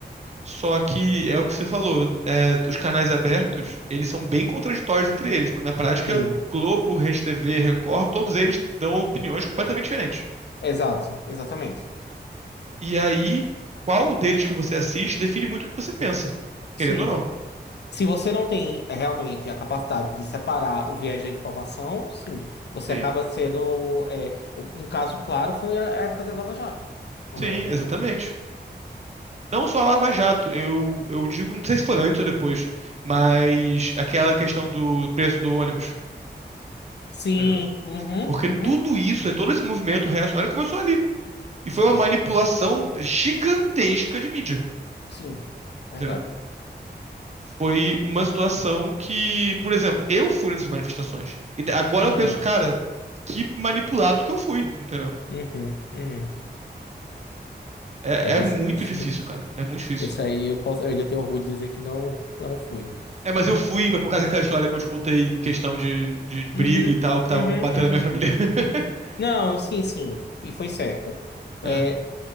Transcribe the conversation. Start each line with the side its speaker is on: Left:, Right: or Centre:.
Right: só que é o que você falou, é, os canais abertos, eles são bem contraditórios entre eles, porque na prática,
Left: Sim,
Right: Globo, RedeTV, Record, todos eles dão opiniões completamente diferentes.
Left: exato, exatamente.
Right: E aí, qual deles que você assiste define muito o que você pensa,
Left: Sim.
Right: querendo ou não.
Left: Se você não tem realmente a capacidade de separar o viés da informação, sim, você
Right: Sim.
Left: acaba sendo. é, um caso claro foi a a época da Lava Jato no
Right: Sim,
Left: Brasil.
Right: exatamente. Não só a Lava Jato, eu, eu digo, não sei se foi antes ou depois, mas aquela questão do preço do ônibus,
Left: Sim,
Right: entendeu?
Left: uhum,
Right: Porque
Left: uhum,
Right: tudo isso, é todo esse movimento reacionário começou ali. E
Left: sim,
Right: foi uma manipulação gigantesca de mídia,
Left: sim, verdade.
Right: entendeu? Foi uma situação que, por exemplo, eu fui nessas manifestações. E agora
Left: Uhum,
Right: eu penso, cara, que manipulado que eu fui, entendeu?
Left: uhum, uhum.
Right: É,
Left: É desse,
Right: é muito
Left: <laughs>
Right: difícil, cara. É muito difícil.
Left: esse aí eu posso, eu ainda tenho orgulho de dizer que não, não fui.
Right: É, mas eu fui por causa daquela história que eu te contei em questão de, de, de briga
Left: Uhum,
Right: e tal, que estavam
Left: uhum,
Right: batendo
Left: uhum.
Right: na minha família. <laughs>
Left: Não, sim, sim, e foi certo. É,
Right: É,